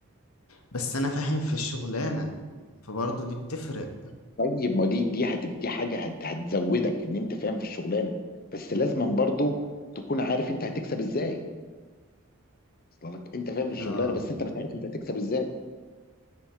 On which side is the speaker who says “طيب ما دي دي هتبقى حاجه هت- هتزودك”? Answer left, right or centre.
Left